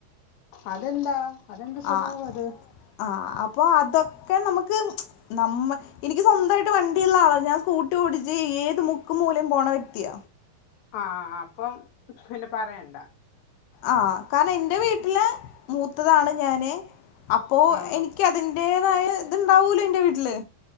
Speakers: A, on the left; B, on the left.
A: അതെന്താ അതെന്ത് സ്വഭാവ
B: ആഹ്
A: അത്
B: ആഹ് അപ്പൊ അതൊക്കെ നമുക്ക് നമ്മ എനിക്ക് സ്വന്തമായിട്ട് വണ്ടിയുള്ള ആള ഞാൻ സ്കൂട്ടി ഓടിച്ച് ഏത് മു ക്ക് മൂലേം പോണ വ്യക്തിയ
A: ആഹ അപ്പം പിന്നെ പറയണ്ട
B: ആഹ് കാരണം എന്റെ വീട്ടില് മൂത്തതാണ് ഞാന് അപ്പോ
A: ആഹ്
B: എനിക്ക് അതി ന്റെതായ ഇത്ണ്ടാവൂലെ ൻ്റെ വീട്ടില്